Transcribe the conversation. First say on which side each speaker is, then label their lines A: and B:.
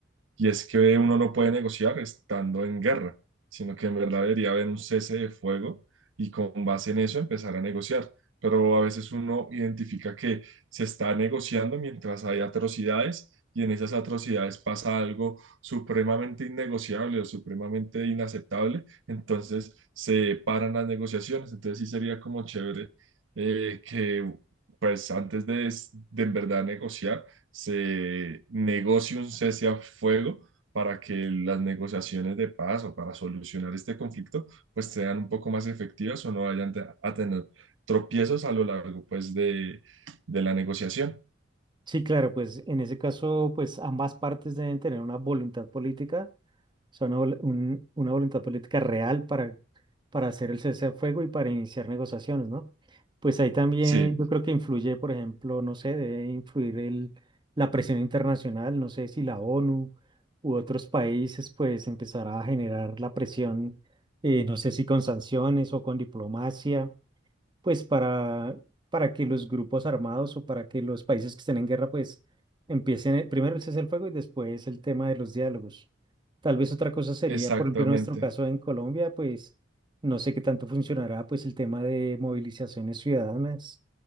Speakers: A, on the right; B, on the right.
A: y es que uno no puede negociar estando en guerra, sino que en verdad debería haber un cese de fuego y con base en eso empezar a negociar. Pero a veces uno identifica que se está negociando mientras hay atrocidades y en esas atrocidades pasa algo supremamente innegociable o supremamente inaceptable, entonces se paran las negociaciones. Entonces sí sería como chévere eh, que pues antes de, de en verdad negociar, se negocie un cese a fuego para que las negociaciones de paz o para solucionar este conflicto pues sean un poco más efectivas o no vayan te- a tener tropiezos a lo largo pues de, de la negociación.
B: Sí, claro, pues en ese caso, pues ambas partes deben tener una voluntad política, o sea, una, vol- un- una voluntad política real para, para hacer el cese al fuego y para iniciar negociaciones, ¿no? Pues ahí también
A: Sí,
B: yo creo que influye, por ejemplo, no sé, debe influir el, la presión internacional, no sé si la ONU u otros países, pues empezará a generar la presión, eh, no sé si con sanciones o con diplomacia pues para, para que los grupos armados o para que los países que estén en guerra, pues empiecen eh, primero el cese al fuego y después el tema de los diálogos. Tal vez otra cosa sería,
A: exactamente.
B: por ejemplo, en nuestro caso en Colombia, pues no sé qué tanto funcionará, pues el tema de movilizaciones ciudadanas,